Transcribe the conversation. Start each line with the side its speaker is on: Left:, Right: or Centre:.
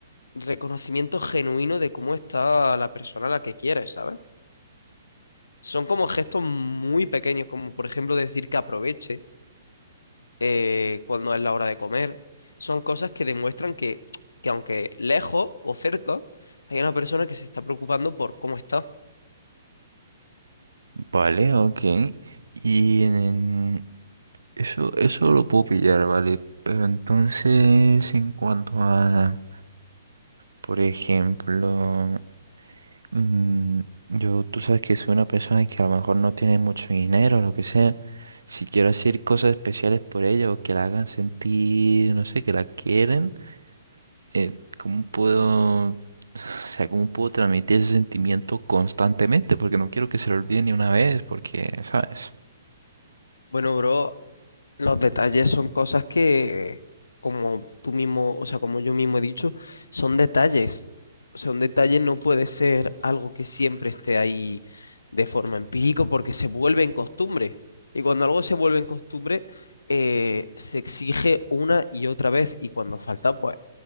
Left: reconocimiento genuino de cómo está la persona a la que quieres, ¿sabes? Son como gestos muy pequeños, como por ejemplo decir que aproveche eh, cuándo es la hora de comer. Son cosas que demuestran que, que aunque lejos o cerca, hay una persona que se está preocupando por cómo está.
Right: vale, ok. Y en, Eso, eso lo puedo pillar, ¿vale? Pero entonces, en cuanto a, por ejemplo, mm, yo, tú sabes que soy una persona que a lo mejor no tiene mucho dinero, lo que sea. Si quiero hacer cosas especiales por ella o que la hagan sentir, no sé, que la quieren, eh, ¿cómo puedo, <laughs> <sighs> o sea, cómo puedo transmitir ese sentimiento constantemente? Porque no quiero que se lo olvide ni una vez, porque, ¿sabes?
Left: Bueno, bro, los detalles son cosas que, como tú mismo, o sea, como yo mismo he dicho, son detalles. O sea, un detalle no puede ser algo que siempre esté ahí de forma empírica porque se vuelve en costumbre. Y cuando algo se vuelve en costumbre, eh, se exige una y otra vez. Y cuando falta, pues